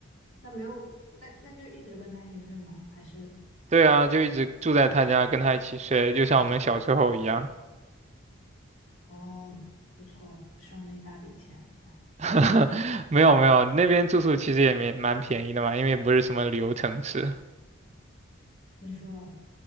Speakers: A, on the left; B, on the right.
A: 那没有，那那就一直跟他一起睡吗？还是
B: 对啊，就一直住在他家，跟他一起睡，就像我们小时候一样。
A: 哦，不错，省了一大笔钱。
B: <laughs> 没有没有，那边住宿其实也没蛮便宜的嘛，因为不是什么旅游城市，
A: 你说，